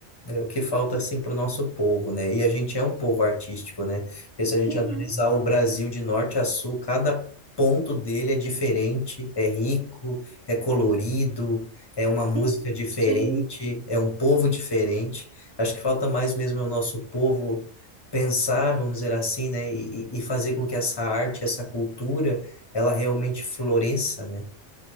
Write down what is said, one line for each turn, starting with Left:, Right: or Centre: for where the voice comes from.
Left: É o que falta assim para o nosso povo, né? E a gente é um povo artístico, né? Porque se a gente
Right: Uhum,
Left: analisar o Brasil de norte a sul, cada ponto dele é diferente, é rico, é colorido, é uma música
Right: uhum,
Left: diferente,
Right: sim.
Left: é um povo diferente. Acho que falta mais mesmo é o nosso povo pensar, vamos dizer assim, né? E, e e fazer com que essa arte, essa cultura, ela realmente floresça, né?